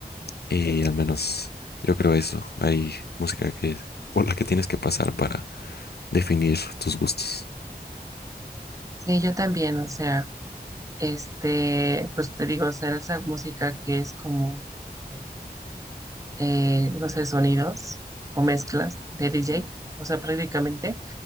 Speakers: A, on the left; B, on the right.
A: Y al menos yo creo eso. Hay música que por la que tienes que pasar para definir tus gustos.
B: Sí, yo también, o sea, este, pues te digo, o sea, esa música que es como... tipo eh, no sé, sonidos o mezclas de DJ. O sea, prácticamente,